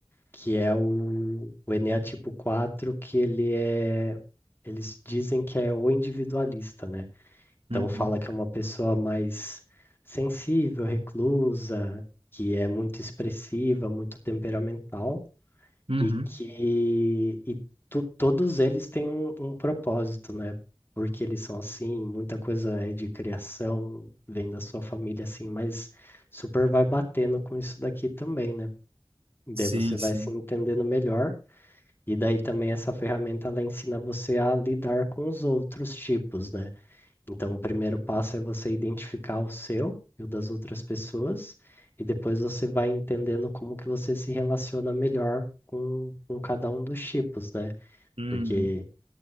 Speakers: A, on the left; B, on the right.
A: que é o, o Enéa tipo 4 que ele é, eles dizem que é o individualista, né? Então
B: uhum,
A: fala que é uma pessoa mais sensível, reclusa, que é muito expressiva, muito temperamental
B: uhum.
A: e que e to- todos eles têm um, um propósito, né? Porque eles são assim, muita coisa é de criação, vem da sua família assim, mas super vai batendo com isso daqui também, né? E daí
B: Sim,
A: você vai
B: sim.
A: se entendendo melhor, e daí também essa ferramenta ela ensina você a lidar com os outros tipos, né? Então, o primeiro passo é você identificar o seu e o das outras pessoas, e depois você vai entendendo como que você se relaciona melhor com, com cada um dos tipos, né?
B: Uhum.
A: Porque